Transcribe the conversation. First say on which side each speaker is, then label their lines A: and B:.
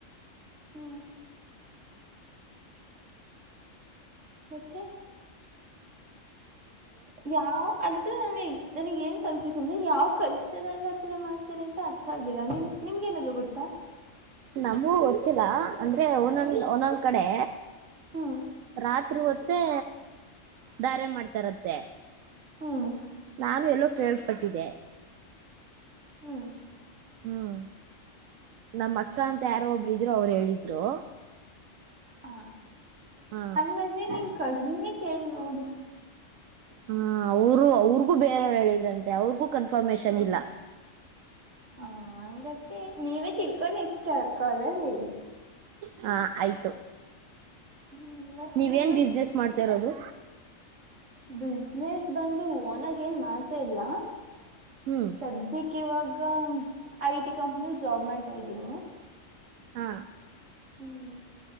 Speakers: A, on the right; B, on the right.
A: ಹ್ಮ್ ಮತ್ತೆ ಯಾವ ಅದ
B: ಹ <inaudible>
A: ನನಗ ಏನ್ ಕನ್ಫ್ಯೂಷನ್ ಅಂದೆ ಯಾವ್ ಕಲ್ಚರ್ ಅಲ್ಲಿ ಆಥರ ಮಾಡ್ತಾರೆ ಅಂತ ಅರ್ಥ ಆಗಲಿಲ್ಲ ನಿಮ್ ನಿಮ್ಗ ಏನಾದ್ರೂ ಗೊತ್ತಾ.
B: ನಮಗೂ ಗೊತ್ತಿಲ್ಲ ಅಂದ್ರೆ ಒನೊಂದ ಒನೊಂದ್ ಕಡೆ.
A: ಹ್ಮ್
B: ರಾತ್ರಿ ಹೊತ್ತೇ ದಾರೆ ಮಾಡ್ತಾರತ್ತೆ.
A: ಹ್ಮ್
B: ನಾನು ಎಲ್ಲೋ ಕೇಳ್ಪಟ್ಟಿದ್ದೆ.
A: ಹ್ಮ್
B: ಹ್ಮ್ ನಮ್ಮಕ್ಕ ಅಂತ ಯಾರೋ ಒಬ್ರು ಇದ್ರು ಅವ್ರು ಹೇಳಿದ್ರು.
A: ಹಾ
B: ಹಾ
A: ಹಂಗಾದ್ರೆ ನಿನ್ ಕಸಿನ್ನೇ ಕೇಳ ನೋಡಿ.
B: ಹ್ಮ ಅವರು ಅವ್ರಗೂ ಬೇರೆಯವ್ರು ಹೇಳಿದ್ರಂತೆ ಅವ್ರಗೂ ಕನ್ಫರ್ಮೇಶನ್ ಇಲ್ಲ.
A: ಹ ಹಂಗಾದೆ ನೀವೇ ತಿಳ್ಕೊಂಡ್ ನೆಕ್ಸ್ಟ್ ಕಾಲಲ್ಲಿ ಹೇಳಿ.
B: ಹಾ ಆಯ್ತು
A: ಹ್ಮ್ ಮತ್ತಿನ್ನೇನು
B: ನೀವೇನ್ ಬಿಸ್ನೆಸ್ ಮಾಡ್ತಾ ಇರೋದು.
A: ಬಿಸ್ನೆಸ್ ಬಂದು ಓನಾಗ ಏನ್ ಮಾಡ್ತಾ ಇಲ್ಲ.
B: ಹ್ಮ್
A: ಸದ್ಯಕ್ಕ ಇವಾಗ. ಗ ಐಟಿ ಕಂಪನಿಲ್ ಜಾಬ್ ಮಾಡ್ತಾ ಇದ್ದೀನಿ.
B: ಹಾ
A: ಹ್ಮ್